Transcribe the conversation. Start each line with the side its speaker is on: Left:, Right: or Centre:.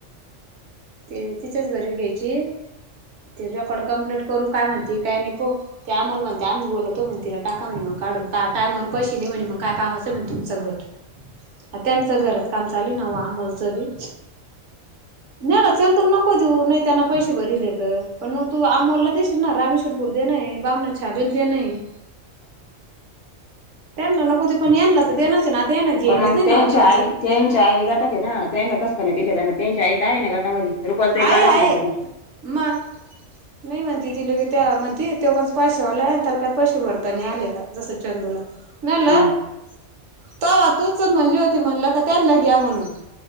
Right: ते तिच्याच घरी घ्यायची. ते रेकॉड कम्प्लेंट करू काय म्हणती काय नाही, प ते आमोलला म्हणते आम्ही बोललतो म्हण तिला टाका म्हणे काढून. का टामवर पैसे नाही म्हणे मग काय कामाचं म्हणे तुमचं गट अ त्यांचं गरज काम चाली नाव अमोलचं बी नाही ना चंतून नको देऊ नाही त्यांना पैसे भरीले तर पण मग तू आमोलला दिशील ना रामीशट बोल द्या नाही बामना छाबेल देणं हाय.
Left: <unintelligible>
Right: त्यांना नको ते यांनाच देणंच आहे. यांना घेईलच
Left: पण मग
Right: नाही
Left: त्यांच्या
Right: ना कर्ज
Left: आई त्यांच्या आई गटात आहे ना त्यांना कस काय दिलं नाही त्यांनी त्यांची आई आहे ना गटामध्ये रुपाल ताई
Right: आहे
Left: कालच
Right: आहे
Left: म्हणत होती
Right: म्ह <unintelligible> त्या म्हणती तो काय पैसेवाला आलाय आणि त्याला काही पैसे भरतानी आले का जस चंदूला म्हणलं
Left: हम्म
Right: तवा तूच म्हणली होती म्हणलं त्यांना घे म्हणून